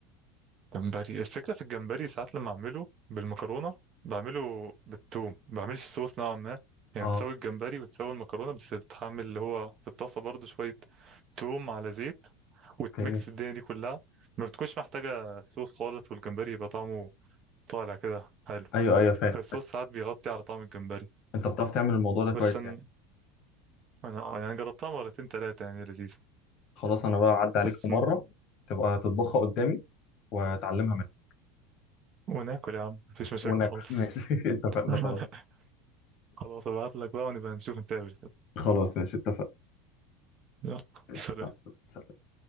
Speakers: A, on the right (about 30°); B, on the left (about 40°).
A: جمبري الفكره في الجمبري ساعات لما اعمله بالمكرونه بعمله بالثوم ما بعملش صوص نوعا ما يعني
B: اه
A: بتسوي الجمبري وتسوي المكرونه بس تحمل اللي هو في الطاسه برضو شويه توم على زيت وتميكس
B: اوكي
A: الدنيا دي كلها ما بتكونش محتاجه صوص خالص والجمبري يبقى طعمه طالع كده حلو
B: ايوه ايوه فاهم
A: الصوص
B: فاهم
A: ساعات بيغطي على طعم الجمبري
B: انت بتعرف تعمل الموضوع ده كويس
A: بس أن-
B: يعني
A: انا يعني جربتها مرتين تلاتة يعني لذيذه
B: خلاص انا بقى اعدي عليك
A: بس
B: في مره تبقى تطبخها قدامي واتعلمها منك
A: وناكل يا عم مفيش مشاكل
B: وناكل
A: خالص
B: <laughs> ماشي اتفقنا
A: <laughs>
B: خلاص
A: خلاص ابعت لك بقى ونبقى نشوف نتقابل كده
B: خلاص ماشي اتفقنا
A: يلا
B: ماشي
A: سلام
B: مع السلامه